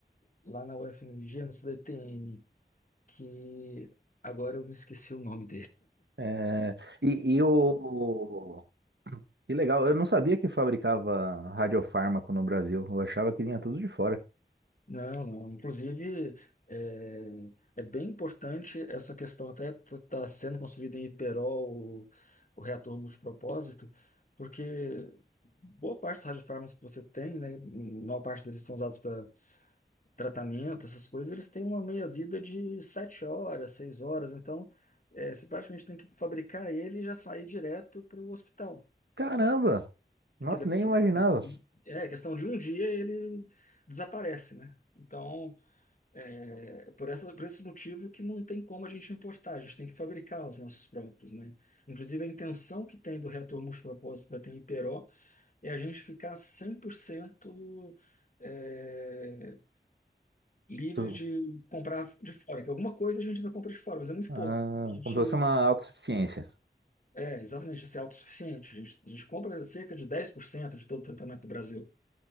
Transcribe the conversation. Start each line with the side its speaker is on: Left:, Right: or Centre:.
Left: lá na UFMG, no CDTN, que agora eu me esqueci o nome
Right: É, e, e o. Que legal, eu não sabia que fabricava radiofármaco no Brasil. Eu achava que vinha tudo de fora.
Left: Não, não. Inclusive, é, é bem importante essa questão, até está sendo construído em Iperol o, o reator multipropósito, porque boa parte dos radiofármacos que você tem, né, maior parte deles são usados para tratamento, essas coisas, eles têm uma meia-vida de sete horas, seis horas, então é, você praticamente tem que fabricar ele e já sair direto para o hospital.
Right: Caramba! Nossa,
Left: Porque depois,
Right: nem imaginava.
Left: de- é questão de um dia ele desaparece, né? Então. É, por essa, por esse motivo que não tem como a gente importar, a gente tem que fabricar os nossos próprios, né? Inclusive, a intenção que tem do reator multipropósito da TMPRO é a gente ficar 100% é, livre
Right: Tu-
Left: de comprar de fora, que alguma coisa a gente ainda compra de fora, mas é muito
Right: Ah,
Left: pouco. A gente
Right: como se fosse uma autossuficiência.
Left: é exatamente assim, é autossuficiente. A gente, a gente compra cerca de 10% de todo o tratamento do Brasil.